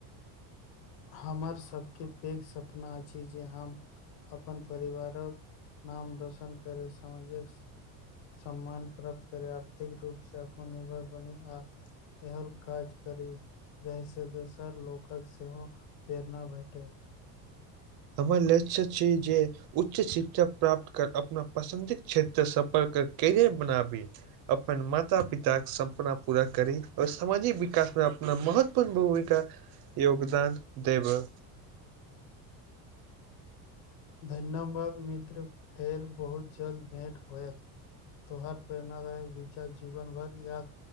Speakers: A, on the left; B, on the right.
A: हमर सभके पैघ सपना अछि जे हम अपन परिवारक नाम रोशन करय समाजक सम्मान प्राप्त करे आर्थिक रूप से आत्मनिर्भर बने आ एहन काज करी जहि से दोसर लोकक से कोनो प्रेरणा भेटय
B: हमर लच् छी जे उच्च शिक्षा प्राप्त कर अपना पसन्दी क्षेत्र सफल कर कैरियर बनाबी अपन माता पिताक सपना पूरा करी और सामाजिक विकासमे अपना महत्वपूर्ण भूमिका योगदान देबै
A: धन्यवाद मित्र फेर बहुत जल्द भेँट होयत तो हर प्रेरणाादायक विचार जीवन भर याद